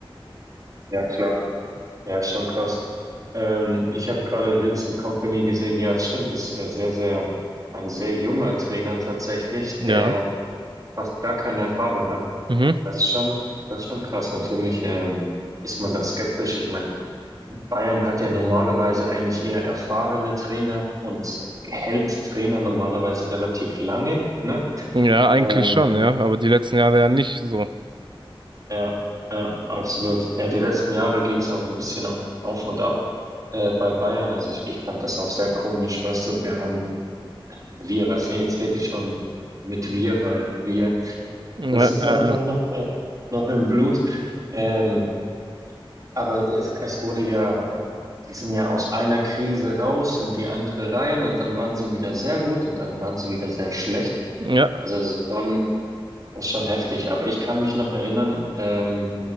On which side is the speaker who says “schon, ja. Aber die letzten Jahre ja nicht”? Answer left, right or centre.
Right